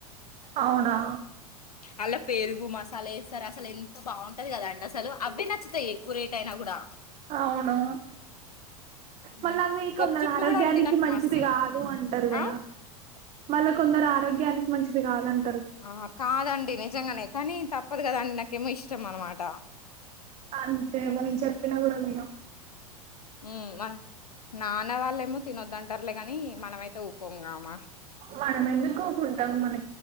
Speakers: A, on the right; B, on the left.
A: అవునా
B: అలా పెరుగు మసాలెస్తార్ అసల్ ఎంత బాగుంటది కదండి అసలు అవ్వె నచ్చుతాయ్ ఎక్కువ్ రేట్ ఐనా గూడా
A: అవును మళ్ళవి
B: ఉమ్.
A: కొందర్
B: గప్చుప్లు
A: ఆరోగ్యానికి
B: కూడా అండి నాకు
A: మంచిది
B: మస్తు ఇ-
A: గాదు అంటార్ గదా
B: ఆ
A: మళ్ళ కొందర్ ఆరోగ్యానికి మంచిది గదంట
B: ఆ కాదండి నిజంగానే కానీ తప్పద్ గదండి నాకేమో ఇష్టం అనమాట
A: అంతే మనం చెప్పినా గుడా వినం
B: ఉమ్ మన నాన్న వాళ్ళేమో తినొదుంటార్లే గని మనమైతే ఊకోంగామ
A: మనమెందుకూకుంటం మన